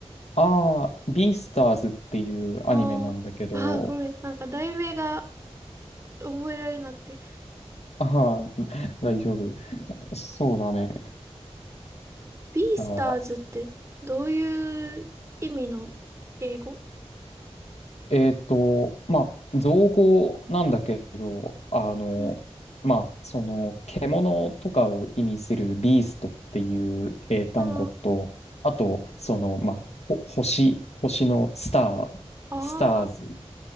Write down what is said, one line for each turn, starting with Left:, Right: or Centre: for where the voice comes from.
Left: ああ、ビースターズっていうアニメなんだけど、
Right: ああ、ああ、ごめん。なんか題名が覚えられなくて。
Left: <laughs> ああ、<laughs> 大丈夫。そうだね。
Right: ビースターズってどういう意味の英語
Left: ああ、えっと、まあ、造語なんだけど、あの、
Right: ん
Left: まあ、その、獣とかを意味するビーストっていう英単語と、
Right: あ
Left: あと、その、まあ、ほ星、星のスター、
Right: あ、
Left: スターズ
Right: あー